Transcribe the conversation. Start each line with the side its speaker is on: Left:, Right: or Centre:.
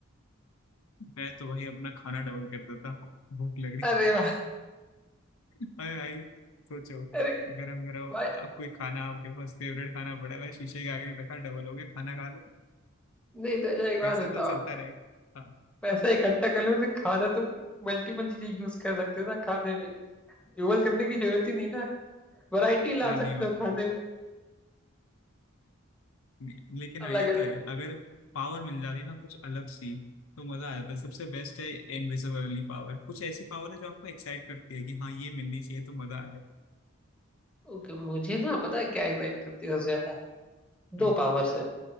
Left: मैं तो भाई अपना खाना डबल कर देता भूख लग रही
Centre: अरे भाई
Left: अरे भाई सोचो
Centre: अरे
Left: गरम गरम
Centre: भाई
Left: अब कोई खाना आपके पास फेवरेट खाना पड़ा है शीशे के आगे रखा डबल हो गया खाना खा लो
Centre: नहीं तो अच्छा एक बात
Left: पैसा
Centre: बताओ
Left: तो चलता रहेगा हाँ
Centre: पैसा इकट्ठा कर लो तो खाना तो मल्टीपल चीजें यूज कर सकते हो ना खाने में डबल करने की जरूरत ही नहीं ना वैरायटी ला
Left: अरे नहीं
Centre: सकते
Left: भाई
Centre: हो खाने में
Left: लेकिन
Centre: अलग
Left: हाँ ये
Centre: अलग
Left: तो है अगर पावर मिल जाती ना कुछ अलग सी तो मजा आ जाता है सबसे बेस्ट है इनविजिबिलिटी पावर कुछ ऐसी पावर है जो आपको एक्साइट करती है कि हाँ ये मिलनी चाहिए तो मजा आ जाए
Centre: ओके मुझे ना पता है क्या एक्साइट करती है सबसे ज्यादा दो
Left: हम्म,
Centre: पावर्स है